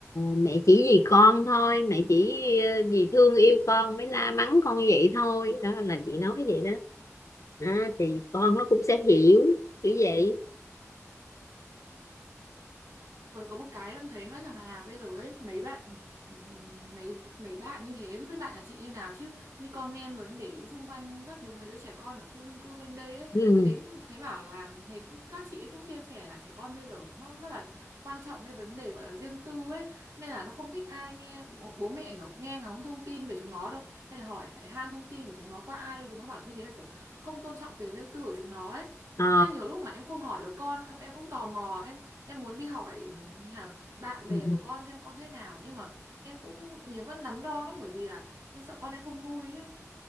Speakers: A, on the left; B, on the right.
A: mẹ chỉ vì con thôi mẹ chỉ ờ, vì thương yêu con mới la mắng con vậy thôi đó là chị nói vậy đó à, thì con nó cũng sẽ hiểu kiểu vậy
B: còn có một cái em thấy nữa là, là bây giờ ấy mấy bạn ừ, mấy mấy bạn như thế không biết bạn nhà chị như nào chứ như con em rồi em để ý xung quanh các thứ mấy đứa trẻ con ở khu chung cư quanh đây ấy
A: ừ.
B: thấy thấy bảo là thấy các chị ấy cũng chia sẻ là trẻ con bây giờ nó rất là quan trọng cái vấn đề gọi là riêng tư ấy nên là nó không thích ai nghe bố, bố mẹ kiểu nghe ngóng thông tin về chúng nó đâu hay là hỏi han thông tin của chúng nó qua ai đâu chúng nó bảo như thế là kiểu không tôn trọng quyền riêng tư của chúng nó ấy
A: Ờ.
B: nên nhiều lúc mà em không hỏi được con em, em cũng tò mò em em muốn đi hỏi hả bạn
A: ừ,
B: bè
A: ừ.
B: của con xem con thế nào nhưng mà em cũng nhiều vẫn đắn đo lắm bởi vì là em sợ con em không vui ấy